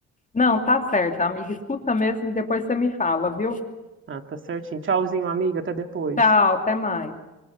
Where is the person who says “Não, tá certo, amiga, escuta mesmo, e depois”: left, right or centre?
Left